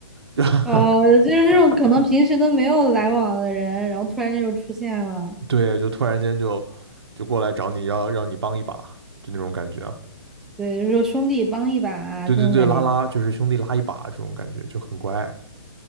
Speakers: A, on the right; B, in the centre.
A: <laughs>，
B: 哦，就是那种可能平时都没有来往的人，然后突然间就出现了，
A: 对，就突然间就就过来找你要让你帮一把，就那种感觉啊，
B: 对，就是说兄弟帮一把啊这种感觉。
A: 对对对，拉拉就是兄弟拉一把这种感觉就很乖，